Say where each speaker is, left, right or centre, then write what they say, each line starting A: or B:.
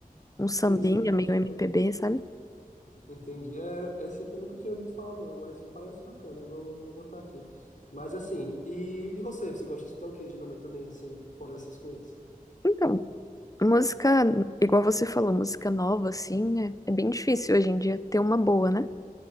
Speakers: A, on the left (about 20°); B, on the left (about 55°).
A: Um sambinha,
B: sim, sim, eu posso
A: meio
B: escutar.
A: MPB, sabe?
B: Entendi. É, esse aqui eu nunca tinha ouvido falar, não, mas parece bacana, vou, vou botar aqui. Mas assim, e, e você? Você gosta de escutar o quê, geralmente também, assim, fora essas coisas?
A: Então, música, igual você falou, música nova, assim, é, é bem difícil hoje em dia ter uma boa, né?